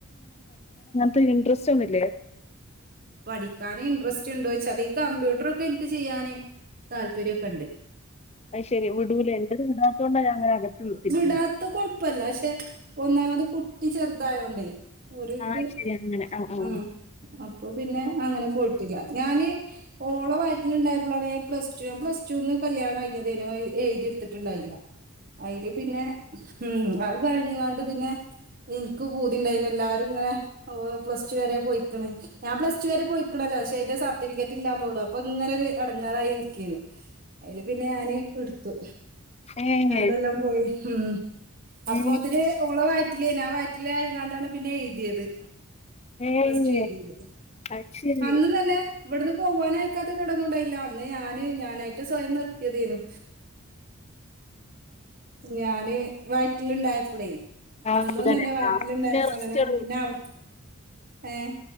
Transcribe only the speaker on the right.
പഠിക്കാന് ഇൻട്രസ്റ്റ് ഇണ്ടോയ് ചതി കമ്പ്യൂട്ടറൊക്കെ ഇൻക്ക് ചെയ്യാന് താല്പര്യൊക്കെണ്ട്
വിടാത്ത കൊഴപ്പല്ല പക്ഷെ ഒന്നാമത് കുട്ടി ചെറുതായോണ്ടേ ഓര്ക്ക്
ആഹ് അപ്പൊ പിന്നെ അങ്ങനെ പോയിട്ടില്ല ഞാൻ ഓളെ വയറ്റി ല് ഇണ്ടായപ്പളാണ് ഞാൻ പ്ലസ് ടു. ഞാൻ പ്ലസ് ടുന്ന് കല്യാണം കഴിഞ്ഞതേനു അത് എഴുതിട്ത്തിട്ടുണ്ടായില്ല. അയില് പിന്നെ, ഉം അത് കഴിഞ്ഞ് കാണ്ട് പിന്നെ ഇൻക്ക് പൂതിണ്ടായിനി എല്ലാരും ഇങ്ങനെ ഔഹ് പ്ലസ് ടു വരെ പോയിക്ക്ണ് ഞാ പ്ലസ്ടു വരെ പോയിക്ണല്ലോ. ഷ് അയ്‌ന്റെ സർട്ടിഫിക്കറ്റില്ലാന്നുള്ളൂ. അപ്പം ഇങ്ങനെ ഒരു എടങ്ങാറായി നിക്കേനു. അയില് പിന്നെ ഞാന് ഇട്ത്തു.
രണ്ടൊല്ലം
പോയി. ഹ്മ്മ് അപ്പൊത്തിന്
ഓള് വയ റ്റിലേനാ ആ വയറ്റിലായിങ്ങണ്ടാണ് പിന്നെ എഴുതിയത്.
പ്ലസ് ടു എഴുതിയത്.
അന്നും തന്നെ ഇവട്ന്ന് പോവാനയിക്കാത്തെ കേടൊന്നുണ്ടായില്ല. അന്ന് ഞാന് ഞാനായിട്ട് സ്വയം നിർത്തിയതേനു. ഞാന് വ യറ്റിലുണ്ടായപ്പളേ
അന്നും
തന്നെ വയറ്റില്
ഇണ്ടായപ്പ
ങ്ങനെ പിന്നെ അവ ഏഹ്